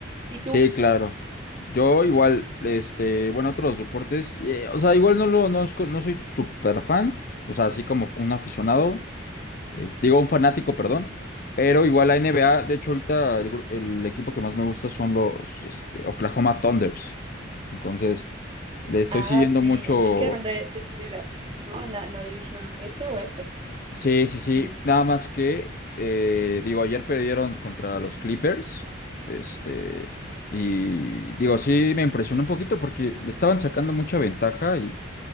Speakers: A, on the right; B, on the left.
A: ¿Y tú?
B: Sí, claro. Yo igual, este, bueno, otros deportes, eh, o sea, igual no lo, no, es co- no soy súper fan, o sea, así como un aficionado, es- digo, un fanático, perdón, pero igual la NBA, de hecho, ahorita el, gru- el equipo que más me gusta son los, este, Oklahoma Thunders. Entonces, le estoy
A: Ah,
B: siguiendo
A: sí,
B: mucho,
A: ellos quedaron de, de primeras, ¿no? En la, en la división este oeste.
B: Sí, sí, sí.
A: Mm.
B: Nada más que, eh, digo, ayer perdieron contra los Clippers. Este, y digo, sí me impresionó un poquito porque le estaban sacando mucha ventaja y